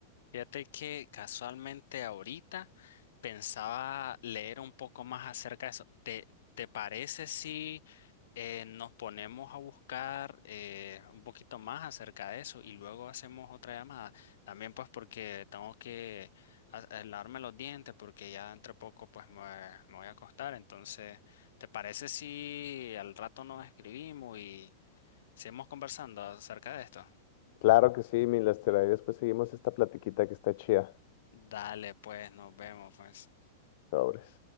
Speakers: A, on the left; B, on the left.
A: Fíjate que casualmente ahorita pensaba leer un poco más acerca de eso. ¿Te, te parece si eh, nos ponemos a buscar eh, un poquito más acerca de eso y luego hacemos otra llamada? También pues porque tengo que a- a lavarme los dientes porque ya entre poco pues me, me voy a acostar. Entonces, ¿te parece si al rato nos escribimos y seguimos conversando acerca de esto?
B: Claro que sí, mi Lester. Ahí después seguimos esta platiquita que está chida.
A: Dale, pues nos vemos pues.
B: Sobres.